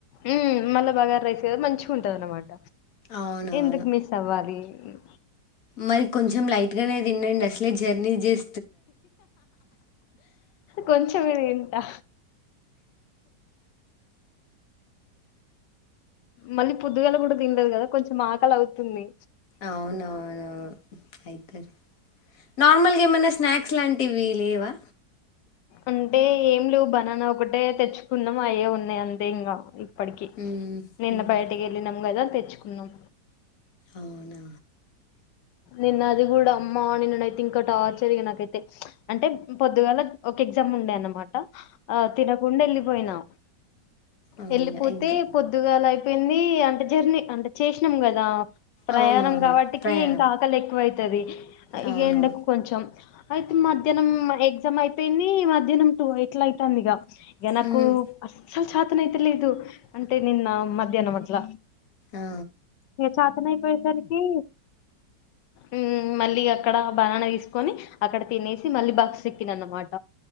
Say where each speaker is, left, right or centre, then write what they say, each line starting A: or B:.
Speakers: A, on the left; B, on the left.
A: ఉమ్ మళ్ళా బగార రైస్ మంచిగా ఉంటది అనమాట
B: అవునవును
A: ఎందుకు మిస్ అవ్వాలి మ్
B: మరి కొంచెం లైట్ గానే తిండండి అసలే జర్నీ చేస్
A: కొంచంమే వింటా మళ్ళీ పొద్దుగాల కూడా తిన్లేదు కదా కొంచెం ఆకలవుతుంది.
B: అవునవును అయితరి నార్మల్ గేమ్ స్నాక్స్ లాంటివి లేవా?
A: అంటే ఏం లేవు బనాన ఒకటే తెచ్చుకున్నాం అయే ఉన్ అంతే ఇంగా ఇప్పటికి
B: మ్మ్
A: నిన్న
B: హ్మ్
A: బయటకి వెళ్ళినం గదా తెచ్చుకున్నాం.
B: అవునా
A: నిన్న అది కూడా అమ్మో నిన్ననుయితే ఇంకా టార్చరిగా నాకైతే ప్చ్ అంటే పొద్దుగాల ఒక ఎగ్జామ్ ఉం ఉండే అనమాట ఆ తినకుండా వెళ్ళిపోయినా.
B: అయ్యో
A: వెళ్ళిపోతే
B: ఎగ్
A: పొద్దుగాల ఐపేంది అంటే జర్నీ అంటే చేసినం గదా ప్రయాణం
B: అవునవును
A: కాబట్టికి
B: ప్రయాణం
A: ఇంకా ఆకలి ఎక్కువైతది
B: అవును
A: ఇగ ఎండకు కొంచెం అయితే మధ్యానం ఎగ్జామ్ ఐపేంది మధ్యానం టూ ఇట్లా అయితాంది ఇగ ఇగ నాకు
B: మ్మ్
A: అస్సలు చాతన ఐతలేదు అంటే నిన్న మధ్యానం అట్ల
B: ఆ
A: ఏ చేతనయిపోయేసరికి ఉమ్ మళ్ళీ అక్కడ బనానా తీసుకొని అక్కడ తినేసి మళ్ళీ బస్ ఎక్కిన అనమాట.